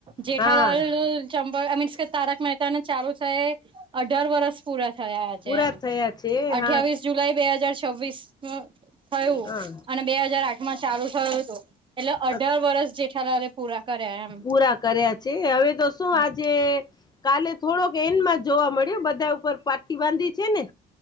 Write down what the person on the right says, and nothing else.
જેઠાલાલ
ચંપ આઈ મીન્સ કે તારક મહેતાને ચાલું થય એ અઢાર વર્ષ પૂરા થયા આજે
એમ,
અઠ્યાવીસ
જુલાઈ બે હાજાર છવ્વીસમાં થયું.
અને બે હાજાર આઠ માં ચાલુ થયું હતું એટલે અઢાર
વરષ જેઠલાલે પૂરા કર્યા એમ.
હમ